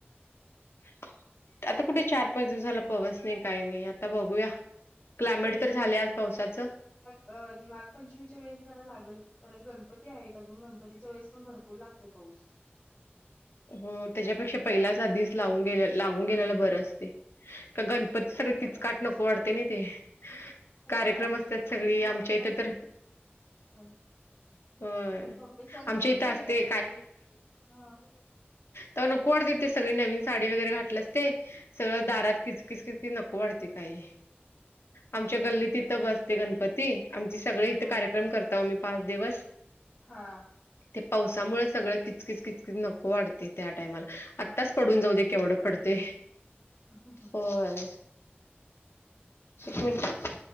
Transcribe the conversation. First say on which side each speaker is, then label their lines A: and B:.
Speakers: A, on the left (about 80°); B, on the left (about 35°).
A: <unintelligible> <inaudible> आता कुठे चार -पाच दिवस झालं पाऊस नाही काही नाही आता बघूया. क्लायमेट तर झाले आज पावसाचं.
B: ग नागपंचमीच्या वेळेस जरा लागल परत गणपती आहेत अजून गणपतीच्या वेळेस पण भरपूर लागतोय पाऊस.
A: हो त्याच्यापेक्षा पहिलाच आधीच लावून गेल लागून गेलेला बरं असतय. का गणपती
B: होय
A: सगळ
B: की
A: किचकट
B: आता पाऊस
A: नको वाढते ना ते.
B: होय
A: कार्यक्रम
B: आणि
A: असतात
B: आणि
A: सगळी
B: मोठे
A: आमच्या इथं
B: पण
A: तर
B: <unintelligible>
A: होय
B: मोठे सण
A: आमच्या
B: असतात
A: इथं
B: ना.
A: असते
B: सगळे. हा.
A: तवा नको वाटतंय सगळी नवीन साडी वगैरे घातली असते. सगळं दारात किचकिचकिचकी नको वाटतय काही. आमच्या गल्लीत इथं बसते गणपती. आमचे सगळे इथे
B: हम्म
A: कार्यक्रम करतो आम्ही पाच दिवस.
B: हा.
A: ते पावसामुळे सगळं किचकीच किचकीत नको वाढतंय. त्या टायमाला.
B: हा
A: आत्ताच पडून जाऊ दे केवढं पडतय.
B: ह ह ह.
A: होय. एक मिनट.